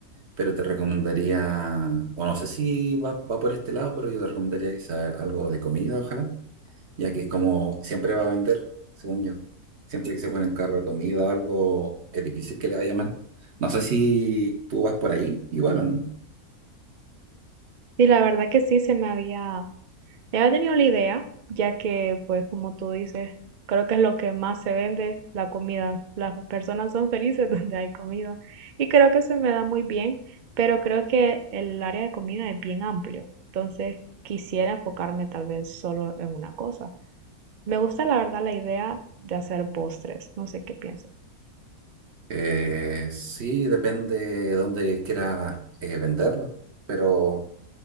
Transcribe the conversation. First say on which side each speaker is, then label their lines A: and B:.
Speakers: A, on the right; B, on the right.
A: Pero te recomendaría, o no sé si va, va por este lado, pero yo te recomendaría que sea algo de comida, ojalá, ya que es como siempre va a vender, según yo. Siempre que se pone en carro de comida o algo, es difícil que le vaya mal. No sé si tú vas por ahí, igual o no.
B: Y la verdad que sí se me había Sí había tenido la idea, ya que, pues, como tú dices, creo que es lo que más se vende, la comida. Las personas son felices <laughs> donde hay comida. Y creo que se me da muy bien, pero creo que el área de comida es bien amplio. Entonces, quisiera enfocarme tal vez solo en una cosa. Me gusta, la verdad, la idea de hacer postres. No sé qué piensas.
A: Eh, sí, depende de dónde quiera eh, venderlo, pero